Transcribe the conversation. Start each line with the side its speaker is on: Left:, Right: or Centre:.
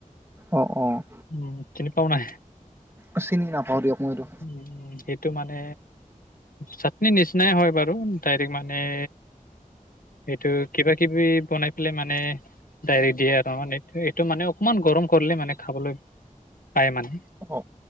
Right: অ', অ'।
Left: উম, চিনি পাও নাই?
Right: অ', চিনি নাপাওঁ দিয়ক মইটো।
Left: উম, সেইটো মানে চাটনি নিচিনাই হয় বাৰু ডাইৰেক্ট মানে সেইটো কিবা-কিবি বনাই পেলাই মানে ডাইৰেক্ট দিয়ে আৰু মানেটো এইটো মানে অকণমান গৰম কৰিলে মানে খাবলৈ পাই মানে,
Right: অ